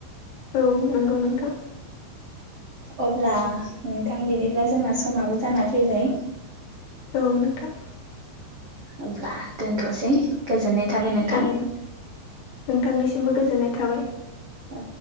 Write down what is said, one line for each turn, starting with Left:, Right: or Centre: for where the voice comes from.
Left: औ नोंगौ नोंथां
Right: अब्ला नोंथां बिदिब्ला जोंना समाबो जाना फैबाय
Left: औ नोंथां
Right: अब्ला दोनथ'सै गोजोननाय थाबाय नोंथां।
Left: जागोन नोंथांनिसिमबो गोजोननाय थाबाय।
Right: औ